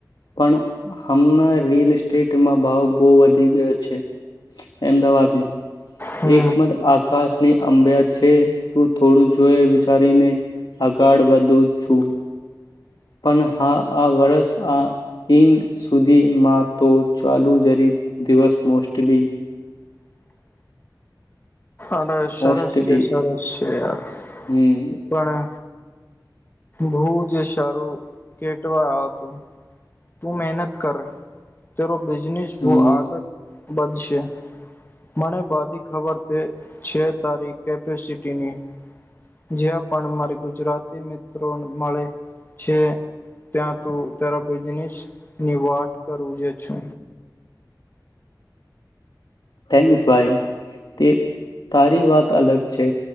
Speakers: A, on the left (about 75°); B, on the left (about 30°).
A: પણ હમણાં રીલ <unintelligible> ભાવ બહુ વધી ગયો છે અમદાવાદમાં
B: હમ
A: એકમદ આકાશ ની અંબ્યા છે તું થોડું જોઈ વિચારીને આગળ વધુ છું પણ હા આ વર્ષ આ <unintelligible> સુધીમાં તો ચાલુ જરી દિવસ મોસ્ટલી
B: અરે સરસ
A: મોસ્ટલી
B: છે સરસ છે યાર
A: હમ
B: પણે ભહુજ સારું કેટવા <unintelligible> હતો તું મહેનત કર જરુ બિજનેસ
A: હમ
B: બહુ આગળ વધશે મને બધી ખબર તે છે તારી કેપેસિટીની જ્યાં પણ મારી ગુજરાતી મિત્રોને મળે છે ત્યાં તું તરા બિઝનેસ ની વાત કરું જે છે
A: થેન્કસ <unintelligible> તારી વાત અલગ છે